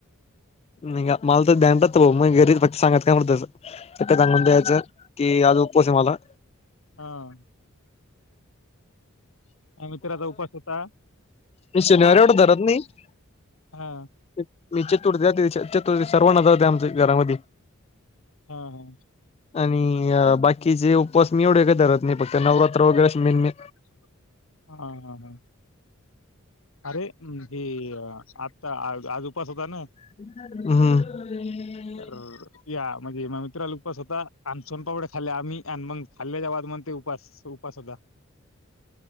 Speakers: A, on the left (about 30°); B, on the left (about 70°).
A: नि मला तर द मग घरी प सांगात कायं. एक सांगून द्यायचं की आज उपवास आहे माझा.
B: हा.. ह मित्राचा उपवास होता.
A: नि शनिवारी
B: हा
A: वाटतं धरत नाही
B: हा
A: मी चतुर्थी जात चतुर्थी सर्वांना ज होते आमच्या घरामध्ये.
B: हा हा..
A: आणि बाकीचे उपवास मी एवढे काय धरत नाही फक्त नवरात्र वगैरे मेन मेन.
B: हा हा ह अरे.. हम् ही आता आज उपास होता ना.
A: हम...
B: तर या म्हणजे म मित्राला उपवास होता आणि सोनपापड्या खाल्ल्या आम्ही आणि मग खाल्ल्याच्या बाद म ते उपास उपासद्धा.